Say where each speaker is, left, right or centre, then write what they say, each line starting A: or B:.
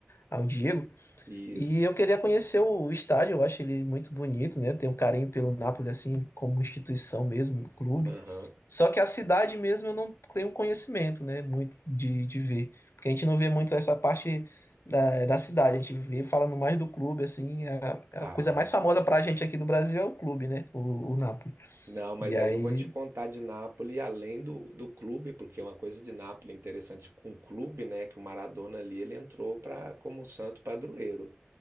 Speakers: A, on the left; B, on the right.
A: ao Diego.
B: isso.
A: E eu queria conhecer o estádio, eu acho ele muito bonito, né? Tenho um carinho pelo Napoli, assim, como instituição mesmo, um clube.
B: Aham.
A: Só que a cidade mesmo eu não tenho conhecimento, né? Muito de, de ver. Porque a gente não vê muito essa parte da, da cidade, a gente vê falando mais do clube, assim. A,
B: Ah,
A: a coisa mais famosa pra gente aqui do Brasil é o clube, né? O, o Napoli.
B: não, mas
A: E aí
B: aí eu vou te contar de Nápoles além do, do clube, porque é uma coisa de Nápoles interessante com o clube, né? Que o Maradona ali ele entrou para como santo padroeiro.